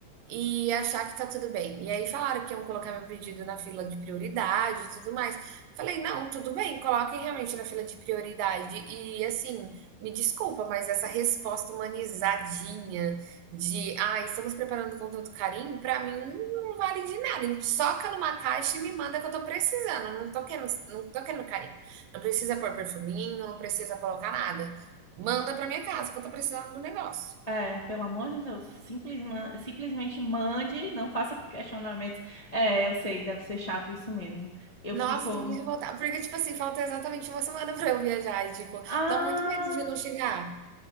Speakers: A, on the right; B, on the left.
A: e achar que tá tudo bem. E aí falaram que iam colocar meu pedido na fila de prioridade e tudo mais. Falei, não, tudo bem, coloquem realmente na fila de prioridade. E assim, me desculpa, mas essa resposta humanizadinha de ah, estamos preparando com tanto carinho, pra mim não vale de nada. Soca numa caixa e me manda que eu tô precisando. Não tô querendo, não tô querendo carinho. Não precisa pôr perfuminho, não precisa colocar nada. Manda pra minha casa que eu tô precisando do negócio.
B: É, pelo amor de Deus, simplesma- simplesmente mande, não faça questionamentos. É, eu sei, deve ser chato isso mesmo. Eu
A: Nossa,
B: fico,
A: tô muito revoltada, porque, tipo assim, falta exatamente uma semana <laughs> pra eu viajar e, tipo,
B: ah,
A: dá muito medo de não chegar.